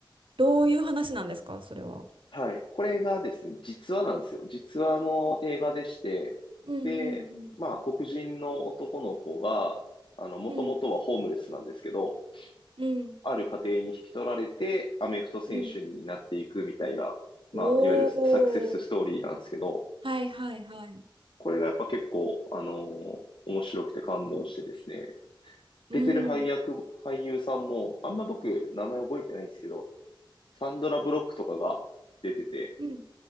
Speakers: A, on the right; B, on the left.
A: どういう話なんですかそれは。
B: はい。これがですね、実話なんですよ。実話の映画でして、
A: うんうん
B: で、まあ、黒人の男の子が、あの、もともとはホームレスなんですけど、
A: うんうんうん
B: ある家庭に引き取られて、アメフト選手になっていくみたいな、
A: うん
B: まあ、
A: おー。
B: いわゆるサクセスストーリーなんですけど、
A: はいはいはい。
B: これがやっぱ結構、あのー面白くて感動してですね、
A: うん
B: 出てる配役、俳優さんも、あんま僕、名前覚えてないんですけど、サンドラ・ブロックとかが出てて、
A: うん。